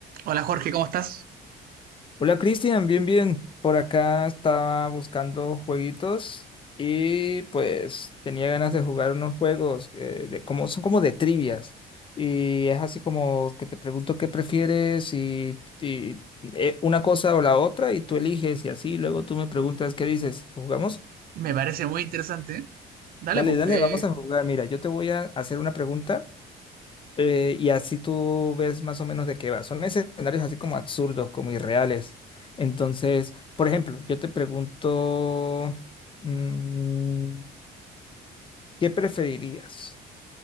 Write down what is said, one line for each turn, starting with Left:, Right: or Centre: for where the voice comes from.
Right: Hola Jorge, ¿cómo estás?
Left: Hola Cristian, bien, bien. Por acá estaba buscando jueguitos y pues tenía ganas de jugar unos juegos eh, de, como son como de trivias. Y es así como que te pregunto qué prefieres y, y, eh, una cosa o la otra y tú eliges y así luego tú me preguntas qué dices. ¿Jugamos?
Right: Me parece muy interesante. Dale,
Left: Dale,
Right: pues.
Left: dale,
Right: Eh,
Left: vamos a jugar. Mira, yo te voy a hacer una pregunta eh, y así tú ves más o menos de qué va. Son escenarios así como absurdos, como irreales. Entonces, por ejemplo, yo te pregunto, mm, ¿qué preferirías?